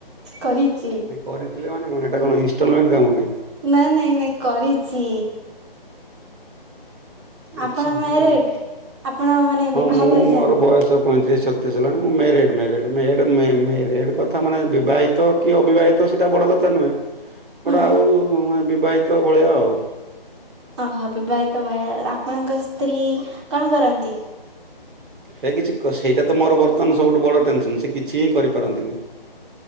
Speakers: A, on the right; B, on the right.
A: କରିଚି।
B: ନାଇଁ କରିଥିଲେ ମାନେ କଣ ଏଟା କଣ ଇନଷ୍ଟଲମେଣ୍ଟ କାମ କି?
A: ନାଁ ନାଇଁ ନାଇଁ କରିଛି।
B: ଆଚ୍ଛା
A: ଆପଣ ମ୍ୟାରେଡ
B: ହଉ
A: ଆପଣ ମାନେ
B: ହଁ
A: ବିବାହ
B: ମୁଁ
A: କରିଛନ୍ତି?
B: ମୋର ବୟସ ତ ପଇଁତିରିଶ ଛତିଶ ହେଲାଣି ମୁଁ ମ୍ୟାରଡ଼୍ ମ୍ୟାରେଡ଼୍ ମେଡ଼ ମେ ମେରେଡ଼୍ କଥା ମାନେ ବିବାହିତ କି ଅବିବାହିତ ସେଟା ବଡ଼ କଥା ନୁହେଁ
A: ହୁଁ
B: ଗଟା ଆଉ ବିବାହିତ ଭଳିଆ ଆଉ।
A: ଓହୋ! ବିିବାହିତ ଭଳିଆ ଆପଣଙ୍କ ସ୍ତ୍ରୀ କଣ କରନ୍ତି?
B: ହେ କିଛି ସେଇଟା ତ ମୋର ବର୍ତ୍ତମାନ ସବୁଠୁ ବଡ଼ ଟେନସନ୍ ସେ କିଛି ହିଁ କରିପାରନ୍ତିନି।